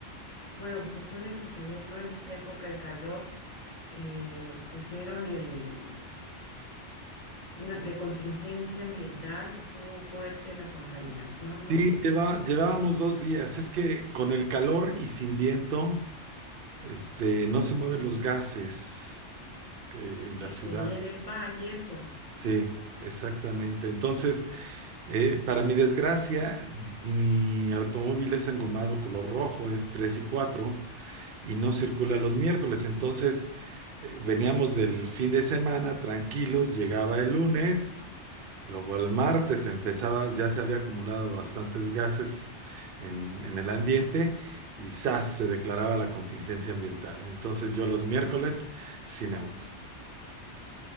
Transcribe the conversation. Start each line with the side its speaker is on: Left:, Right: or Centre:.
Left: bueno, pues suele suceder, ¿no? En esta época de calor, que pusieron el, una- de contingencia ambiental, que estuvo fuerte la contaminación, ¿no?
Right: sí, lleva, llevábamos dos días. Es que con el calor y sin viento, este, no se mueven los gases eh, en
Left: Sí,
Right: la ciudad.
Left: Y ahí en el valle, pues,
Right: Sí, exactamente. Entonces, eh, para mi desgracia, mi automóvil es engomado color rojo, es 3 y cuatro. y no circula los miércoles. Entonces, eh, veníamos del fin de semana tranquilos, llegaba el lunes, luego el martes empezaba, ya se había acumulado bastantes gases en, en el ambiente y ¡zas! se declaraba la contingencia ambiental. Entonces, yo los miércoles sin auto.